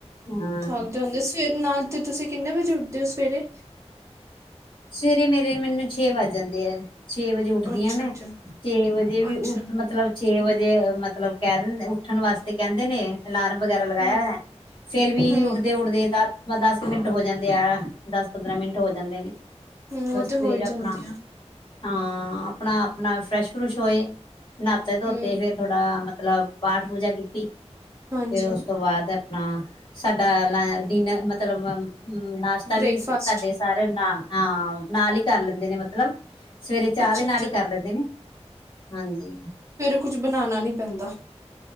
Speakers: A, on the left; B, on the right.
A: ਹਾਂ
B: ਥੱਕ ਜਾਂਦੇ ਸਵੇਰੇ ਨਾਲ ਤੇ ਤੁਸੀਂ ਕਿੰਨੇ ਵਜੇ ਉੱਠਦੇ ਓ ਸਵੇਰੇ।
A: ਸਵੇਰੇ ਮੇਰੇ ਮੈਨੂੰ ਛੇ ਵੱਜ ਜਾਂਦੇ ਐ। ਛੇ ਵਜੇ ਉੱਠਦੀ
B: ਅੱਛਾ
A: ਆ ਮੈਂ,
B: ਅੱਛਾ
A: ਛੇ ਵਜੇ ਵੀ
B: ਅੱਛਾ
A: ਉੱਠ ਮਤਲਬ ਛੇ ਵਜੇ ਮਤਲਬ ਕੈ ਦਿੰਦੇ ਉੱਠਨ ਵਾਸਤੇ ਕੈਂਦੇ ਨੇ ਅਲਾਰਮ ਵਗੈਰਾ ਲਗਾਏਆ
B: ਹਮ
A: ਹੋਏਆ, ਫੇਰ ਵੀ
B: ਹਮ
A: ਉੱਠਦੇ-ਉੱਠਦੇ ਦ ਬਸ ਦਸ ਕ ਮਿੰਟ ਹੋ ਜਾਂਦੇ ਆ ਦਸ ਪੰਦਰਾਂ ਮਿੰਟ ਹੋ ਜਾਂਦੇ ਨੇ।
B: ਹਮ
A: ਬਸ
B: ਉਹ ਤੇ
A: ਫੇਰ
B: ਹੋ ਹੀ
A: ਆਪਨਾ
B: ਜਾਂਦੇ ਆ
A: ਹਾਂ ਆਪਨਾ-ਆਪਨਾ ਫਰੈਸ਼-ਫਰੁਸ਼ ਹੋਏ, ਨਾਤੇ-ਧੋਤੇ
B: ਹਮ
A: ਫੇਰ ਥੋੜਾ ਮਤਲਬ ਪਾਠ-ਪੂਜਾ ਕੀਤੀ,
B: ਹਾਂਜੀ
A: ਫੇਰ ਓਸ ਤੋਂ ਬਾਦ ਹ ਸਾਡਾ ਲ ਡਿਨਰ ਮਤਲਬ ਨਾਸ਼ਤਾ
B: ਬ੍ਰੇਕਫਾਸਟ
A: ਵੀ ਸਾਡੇ ਸਾਰੇ ਨਾ ਹਾਂ। ਨਾਲ ਹੀ ਕਰ ਲੈਂਦੇ ਨੇ ਮਤਲਬ ਸਵੇਰੇ ਚਾਹ
B: ਅੱਛਾ
A: ਦੇ ਨਾਲ
B: ਅੱਛਾ
A: ਈ ਕਰ ਲੈਂਦੇ ਨੇ, ਹਾਂਜੀ।
B: ਕੁਝ ਬਣਾਣਾ ਨੀ ਪੈਂਦਾ।